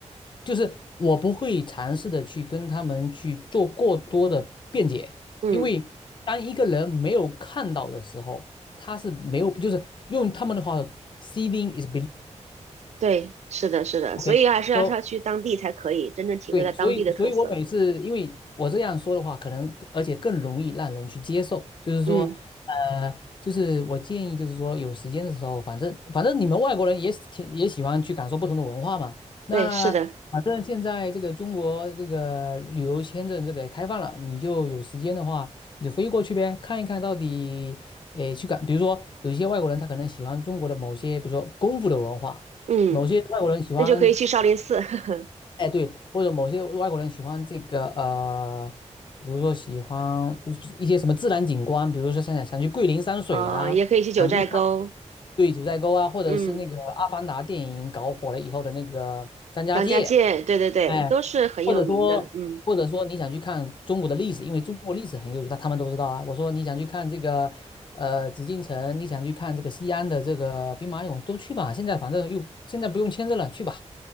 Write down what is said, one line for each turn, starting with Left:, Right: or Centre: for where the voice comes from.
Left: 就是我不会尝试的去跟他们去做过多的辩解，
Right: 嗯
Left: 因为当一个人没有看到的时候，他是没有，就是用他们的话，seeing is
Right: 对，是的，是的，
Left: believing，OK，so
Right: 所以还是要要去当地才可以真正体会到当地的特色。
Left: 对，所以，所以我每次，因为我这样说的话，可能而且更容易让人去接受。就是说，
Right: 嗯，
Left: 呃，就是我建议，就是说有时间的时候，反正反正你们外国人也喜挺也喜欢去感受不同的文化嘛。那反正现在这个中国这个旅游签证这个开放了，
Right: 对，是的，
Left: 你就有时间的话，你就飞过去呗，看一看到底，诶，去感，比如说有一些外国人他可能喜欢中国的某些，比如说功夫的文化。
Right: 嗯，
Left: 某些外国人喜欢
Right: 那就可以去少林寺，<laughs>
Left: 哎，对，或者某些外国人喜欢这个呃，比如说喜欢就是一些什么自然景观，比如说想想想去桂林山水啊，
Right: 呃，也可以去九寨沟，
Left: 想去看对九寨沟啊，或者是那个《阿凡达》电影搞火了以后的那个张家界，
Right: 嗯，张家界，对对对，
Left: 哎，
Right: 都是很有名的。
Left: 或者说或者说你想去看中国的历史，
Right: 嗯，
Left: 因为中国历史很悠久，他他们都知道啊。我说你想去看这个呃紫禁城，你想去看这个西安的这个兵马俑，都去吧。现在反正又现在不用签证了，去吧。